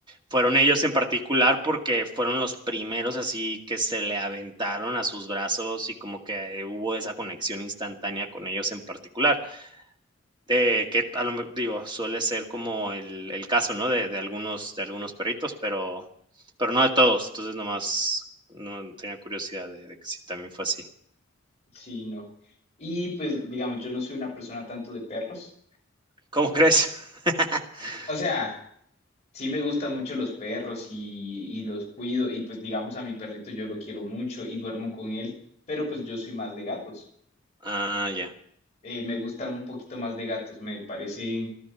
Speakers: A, on the right; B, on the left.
A: fueron ellos en particular porque fueron los primeros así que se le aventaron a sus brazos y como que hubo esa conexión instantánea con ellos en particular, eh, que a lo me digo, suele ser como el el caso, ¿no? De de algunos de algunos perritos, pero pero no de todos. Entonces, nomás, no tenía curiosidad de de que si también fue así.
B: Sí, no. Y pues, digamos, yo no soy una persona tanto de perros.
A: ¿Cómo crees? <laughs>
B: O sea, sí me gustan mucho los perros y, y los cuido. Y pues, digamos, a mi perrito yo lo quiero mucho y duermo con él. Pero pues yo soy más de gatos.
A: ah, ya.
B: Eh, me gustan un poquito más de gatos. Me parecen